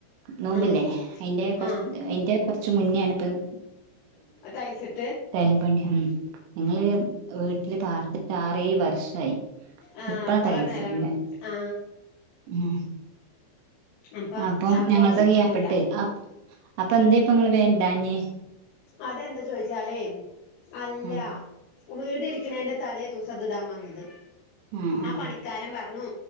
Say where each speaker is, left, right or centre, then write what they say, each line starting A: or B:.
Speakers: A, on the right; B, on the left.
A: നോമ്പില്ലേ
B: ആഹ്
A: അയ്ന്റെ കൊർ
B: ആഹ്
A: അയ്ന്റെ കൊർച്ച് മുന്നെണ് പ്പം
B: ടൈൽസ്ട്ടത്
A: ടൈൽപണി ഞങ്ങള് വീട്ടില് പാർത്ത്ട്ട് ആറേഴ് വർഷായി
B: ആ
A: ഇപ്പളാ
B: പ്പളാ
A: ടൈൽസ്
B: നേരാവ്ണ്
A: ഇടുന്നെ
B: ആ
A: ഉം
B: അപ്പൊ
A: അപ്പം
B: അപ്പോക്സി
A: ഞങ്ങൾതും
B: ഇട്ടിട്ടില്ല
A: ഗ്യാപ്പിട്ട് ആ അപ്പെന്തെ പ്പൊ ങ്ങള് വേണ്ടാഞ്ഞ്
B: അതെന്താ ചോയ്ച്ചാലേ അല്ല
A: ആഹ്
B: വീടിരിക്ക്ണെന്റെ തലേ ദിവസം ഇത് ഇടാൻ വന്നത്
A: ആഹ്
B: ആ
A: ആഹ്
B: പണി ക്കാരം പർഞ്ഞു